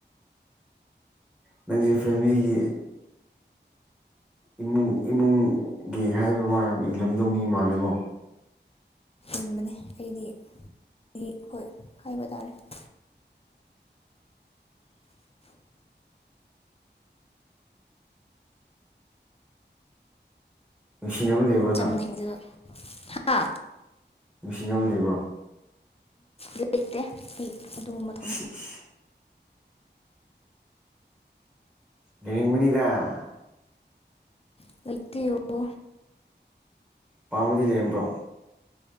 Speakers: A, in the centre; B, on the left (about 30°).
A: ꯅꯪꯁꯦ ꯐꯦꯃꯤꯂꯤꯒꯤ ꯏꯃꯨꯡ ꯏꯃꯨꯡꯒꯤ ꯍꯥꯏꯕ ꯋꯥ ꯌꯥꯝ ꯏꯜꯂꯝꯗꯧꯒꯤ ꯃꯥꯜꯂꯦꯀꯣ
B: ꯍꯤꯡꯕꯅꯦ ꯑꯩꯗꯤ ꯍꯣꯏ ꯍꯥꯏꯕ ꯇꯥꯔꯦ <inaudible>
A: ꯅꯨꯡꯁꯤꯅꯕ ꯂꯩꯕ꯭ꯔꯣ ꯅꯪ
B: ꯆꯝꯅ ꯍꯤꯡꯖꯕ ꯍꯥ
A: ꯅꯨꯡꯁꯤꯅꯕ ꯂꯩꯕ꯭ꯔꯣ
B: ꯂꯩꯇꯦ ꯑꯩ ꯑꯗꯨꯒꯨꯝꯕ ꯊꯝ
A: <unintelligible> ꯂꯩꯔꯝꯒꯅꯤꯗ
B: ꯂꯩꯇꯦ
A: ꯄꯥꯝꯕꯗꯤ ꯂꯩꯔꯝꯕ꯭ꯔꯣ꯫